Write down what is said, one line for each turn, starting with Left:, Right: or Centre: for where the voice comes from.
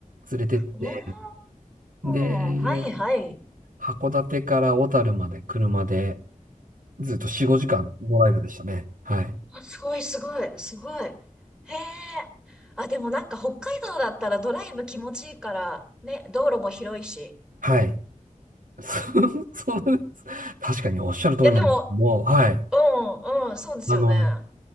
Right: 連れてって、
Centre: お
Right: で、
Centre: ー、はいはい。
Right: 函館から小樽まで車でずっと4、5時間ドライブでしたね。はい。
Centre: あすごいすごい、すごい。へえ。あ、でもなんか北海道だったらドライブ気持ちいいから、ね、道路も広いし。
Right: はい。<laughs> そ、そうなんです。確かにおっしゃる通りなんですけども、
Centre: いやでも、
Right: はい。
Centre: うん、うん、そうですよね。
Right: あの、
Centre: あ